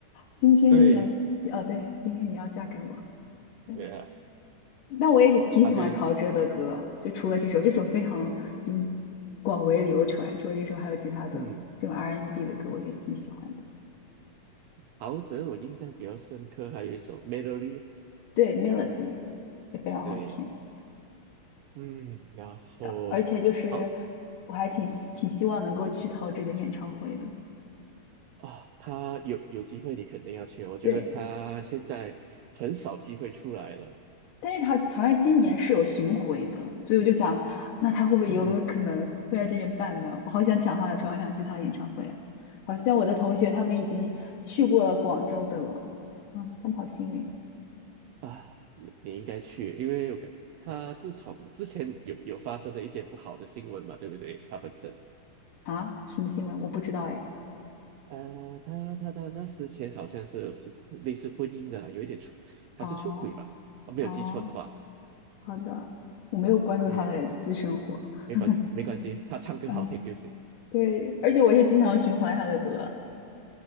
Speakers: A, on the left; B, on the right.
A: 今天你要哦，
B: 对，
A: 对，今天你要嫁给我。对，
B: 对啊，
A: 但我也是挺喜欢陶喆的歌，
B: 他就是唱，
A: 就除了这首，这首非常经广为流传。除了这首，还有其他的这种
B: 嗯，
A: R&B N 的歌，我也挺喜欢的。
B: 陶喆我印象比较深刻，还有一首《Melody》，
A: 对，Melody 也非常好听，
B: 对，嗯，然后
A: 然后而且就是
B: 好
A: 我还挺希挺希望能够去陶喆的演唱会的，
B: 啊，他有有机会你肯定要去哦我觉得他现在很少机会出来了，
A: 对，但是他好像今年是有巡回的，所以我就想，那他会不会有没有可能会在这边办呢？
B: 嗯。
A: 我好想抢他的票，好想去他的演唱会啊！好像我的同学他们已经去过了广州的了，嗯，他们好幸运
B: 啊，你你应该去，因为我感他自从之前有有发生的一些不好的新闻嘛，对不对？他本身，
A: 啊！什么新闻？我不知道哎。
B: 呃，他他他那之前好像是婚类似婚姻的，有一点出，他是出轨吧？
A: 哦
B: 我没有记错的话，
A: 哦，好的，我没有关注他的私生活。
B: 嗯，没关没关系，
A: <laughs>
B: 他唱歌好听就行。
A: 嗯对，而且我也经常循环他的歌，